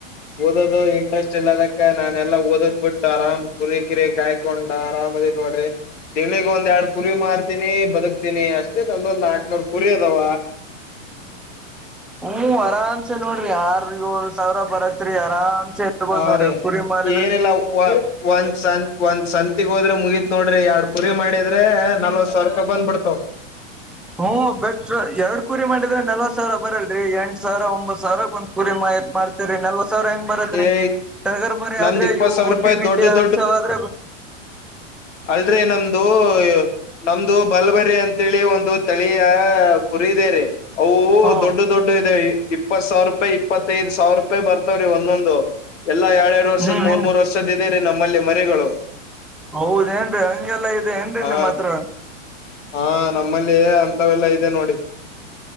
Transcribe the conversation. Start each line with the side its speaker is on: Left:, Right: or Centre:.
Left: ಓದೋದು ಇಂಟ್ರೆಸ್ಟ್ ಇಲ್ಲ ಅದಕ್ಕ ನಾನೆಲ್ಲಾ ಓದೋದ್ ಬಿಟ್ಟು ಆರಾಮ್ ಕುರಿ ಕಿರಿ ಕಾಯ ಕೊಂಡ ಆರಾಮದೇ ನೋಡ್ರಿ. ತಿಂಗಳಿಗ ಒಂದ್ ಎರಡ್ ಕುರಿ ಮಾರ್ತೀನಿ ಬದುಕ್ತೀನಿ ಅಷ್ಟೇ ಒಂದೊಂದ್ ನಾಕನೂರ್ ಕುರಿ ಅದಾವ.
Centre: ಹ್ಮ ಆರಾಮ್ಸೆ ನೋಡ್ರಿ ಆರ್ ಏಳ್ ಸಾವಿರ ಬರತ್ರಿ ಆರಾಮ್ಸೆ ಇರ್ಬೋದ್
Left: ಹಾರಿ
Centre: ನೋಡ್ರಿ ಕುರಿ ಮಾರಿದ್ರೆ
Left: ಏನಲ್ಲ ವ ಒಂದ್ ಸ ಒಂದ ಸಂತಗ ಹೋದ್ರೆ ಮುಗೀತ ನೋಡ್ರಿ ಎರಡ್ ಕುರಿ ಮಾಡಿದ್ರೆ ನಲ್ವತ ಸಾವಿರಪಾಯಿ ಬಂದ ಬಿಡ್ತಾವ. <inaudible>
Centre: ಹ್ಮ ಬೆಸ್ಟ್ ಎರಡ ಕುರಿ ಮಾಡಿದ್ರ ನಲ್ವತ್ ಸಾವಿರ ಬರಲ್ರರಿ ಎಂಟು ಸಾವಿರ ಒಂಬತ್ತು ಸಾವಿರ ಒಂದ್ ಕುರಿ ಮಾ ಇದ ರಿ ನಲ್ವಸವರ ಹೆಂಗ ಬರತ್ರಿ.
Left: ಏ
Centre: ಟಗರ ಮರೀ
Left: ನಮ್ದ್
Centre: ಆದ್ರೆ
Left: ಇಪ್ಪತ್
Centre: ಇವು
Left: ಸಾವಿರ
Centre: ಗುಡ್ಡಿ
Left: ರೂಪಾಯಿ
Centre: ಬಡ್ಡೆ
Left: ದೊಡ್ಡ
Centre: ಆಡ್ಸಾವ ಆದ್ರ
Left: ಅಲ್ರ ನಮ್ದು ನಮ್ದು ಬಲ್ಬರಿ ಅಂತೇಳಿ ಒಂದು ತಳಿಯ ಕುರಿದೆರೀ ಅವು
Centre: ಹ
Left: ದೊಡ್ಡ ದೊಡ್ಡ ಇದೆ ಇಪ್ಪತ್ ಸಾವಿರಪಾಯಿ ಇಪ್ಪತ್ತೈದು ಸಾವಿರಪಾಯಿ ಬರ್ತಾವ್ರೀ ಒಂದೊಂದು ಎಲ್ಲಾ ಎರಡು ಎರಡು ಎ ವರ್ಷದ
Centre: ಹ್ಮ್
Left: ಮೂರ್
Centre: ಹ್ಮ್
Left: ಮೂರ್ ವರ್ಷದ ಇದೆರೀ ನಮ್ಮಲ್ಲಿ ಮರಿಗಳು
Centre: ಹೌದ ಏನ್ರೀ ಹಂಗೆಲ್ಲಾ ಇದೆ ಏನ್ರರಿ
Left: ಹಾ
Centre: ನಿಮ್ ಹತ್ರ
Left: ಹಾ ನಮ್ಮಲ್ಲಿ ಅಂತವೆಲ್ಲಾ ಇದೆ ನೋಡಿ.